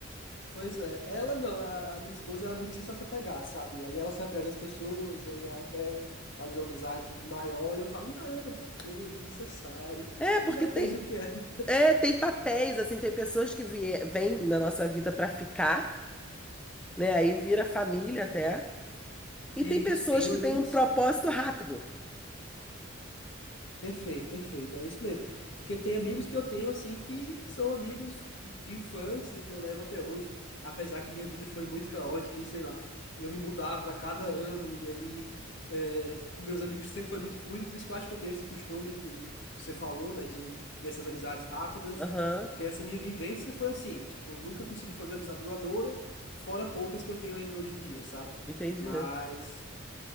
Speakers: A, on the left; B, in the centre.
A: Pois é, ela não, a, a minha esposa ela é muito de se apegar, sabe? Aí ela se apega às pessoas, e aí ela quer fazer uma amizade maior, e eu falo, não, pra quê? Desnecessário.
B: É, porque
A: Já fez
B: tem,
A: o que era. <laughs>
B: é, tem papéis, assim, tem pessoas que vie- vêm na nossa vida para ficar, né? Aí vira família até. E
A: E
B: tem pessoas
A: isso, tenho
B: que
A: amigos.
B: têm um propósito rápido.
A: Perfeito, perfeito. É isso mesmo. Porque tem amigos que eu tenho, assim, que são amigos de infância, que eu levo até hoje, apesar que minha vida foi muito caótica e sei lá. Eu me mudava a cada ano e aí é, meus amigos sempre foi muito fluido, por isso que eu acho que eu tenho esse costume que você falou, né, de ter essas amizades rápidas,
B: Aham,
A: porque essa minha vivência foi assim, tipo, eu nunca consegui fazer amizade duradoura, fora poucas que eu tenho ainda hoje em dia, sabe?
B: entendi.
A: Mas